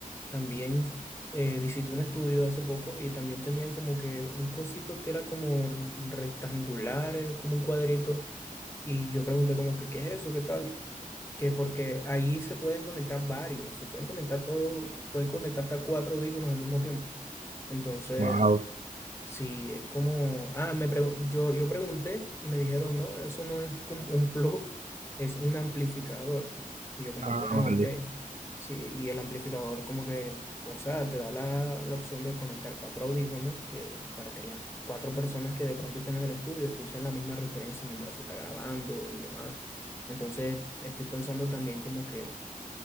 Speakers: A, on the left (about 15°); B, on the right (about 60°).
A: también eh, visité un estudio hace poco y también tenían como que un cosito que era como rectangular, eh, como un cuadrito. Y yo pregunté como que, ¿qué es eso? ¿Qué tal? Que porque ahí se pueden conectar varios, se pueden conectar todos, se pueden conectar hasta cuatro audífonos al mismo tiempo. Entonces...
B: Wow.
A: Sí, es como, ah, me pregu- yo, yo pregunté y me dijeron, no, eso no es como un plug, es un amplificador. Y yo como
B: Ah,
A: que, ah,
B: vale.
A: ok. Sí, y el amplificador como que, o sea, te da la, la opción de conectar cuatro audífonos que, para que las cuatro personas que de pronto estén en el estudio escuchen la misma referencia mientras se está grabando y demás. Entonces, estoy pensando también como que